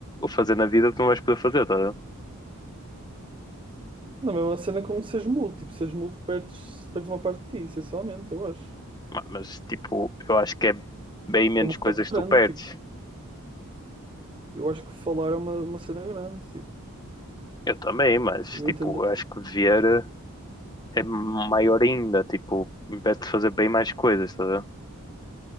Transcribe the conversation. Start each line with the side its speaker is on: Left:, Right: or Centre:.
Left: fazer na vida tu não vais poder fazer, tá? a ver?
Right: Na mesma cena como seres mudo, tipo, seres mudo perdes, perdes uma parte de ti, essencialmente, eu acho.
Left: Ma- Mas tipo, eu acho que é bem menos
Right: É uma parte
Left: coisas que
Right: grande,
Left: tu perdes.
Right: tipo, eu acho que falar é uma, uma cena grande, tipo,
Left: Eu também, mas
Right: eu
Left: tipo,
Right: entendo. essa-
Left: eu acho que ver é maior ainda, tipo, impede de fazer bem mais coisas, tá? a ver?